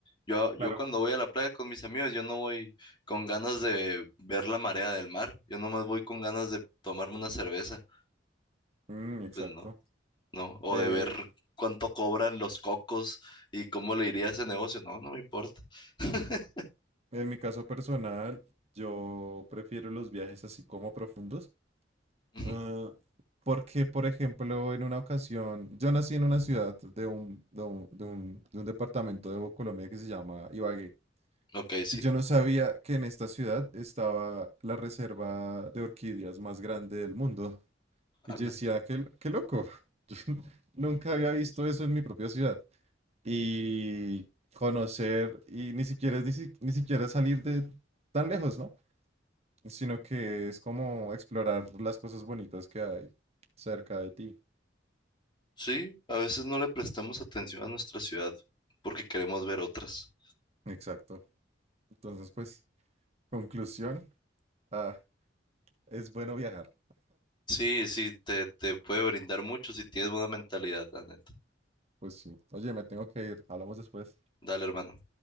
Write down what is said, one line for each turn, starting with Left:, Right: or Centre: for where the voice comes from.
Left: Yo, yo
Right: Claro.
Left: cuando voy a la playa con mis amigos, yo no voy con ganas de ver la marea del mar, yo nomás voy con ganas de tomarme una cerveza,
Right: Mm, exacto.
Left: pues no, no, o
Right: Eh,
Left: de ver cuánto cobran los cocos y cómo le iría a ese negocio, no, no me importa. <laughs>
Right: en mi caso personal, yo prefiero los viajes así como profundos.
Left: Ujú,
Right: Ah, porque, por ejemplo, en una ocasión, yo nací en una ciudad de un, de un, de un- de un departamento de Colombia que se llama Ibagué,
Left: Ok, sí.
Right: y yo no sabía que en esta ciudad estaba la reserva de orquídeas más grande del mundo. Y
Left: Ala.
Right: yo decía, qué, l- qué loco, <laughs> yo nunca había visto eso en mi propia ciudad. Y conocer, y ni siquiera, es ni, si- ni siquiera salir de tan lejos, ¿no? Sino que es como explorar las cosas bonitas que hay cerca de ti.
Left: Sí, a veces no le prestamos atención a nuestra ciudad porque queremos ver otras.
Right: Exacto. Entonces, pues, conclusión, ah, es bueno viajar.
Left: Sí, sí, te, te puede brindar mucho si tienes buena mentalidad, la neta.
Right: Pues sí. Oye, me tengo que ir. Hablamos después.
Left: Dale, hermano.